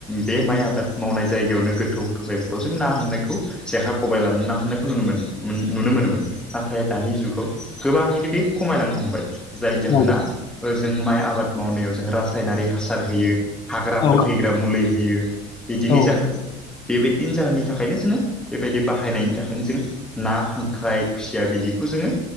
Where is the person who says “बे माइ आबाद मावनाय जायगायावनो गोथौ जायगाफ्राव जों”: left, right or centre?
Centre